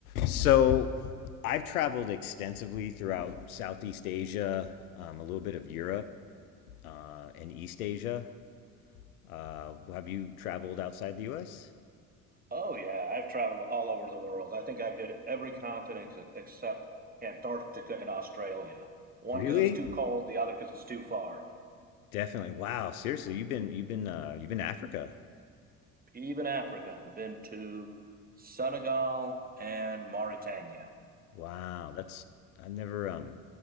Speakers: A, on the left; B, on the right.
A: So I've traveled extensively throughout Southeast Asia, um, a little bit of Europe, uh, and East Asia. Uh, have you traveled outside the U.S.?
B: Oh yeah, I've traveled all over the world. I think I've hit every continent ex- except Antarctica and Australia. One
A: Really?
B: because it's too cold, the other because it's too far.
A: Definitely. Wow. Seriously, you've been you've been uh, you've been to Africa.
B: Even Africa, been to Senegal and Mauritania.
A: Wow. That's I never um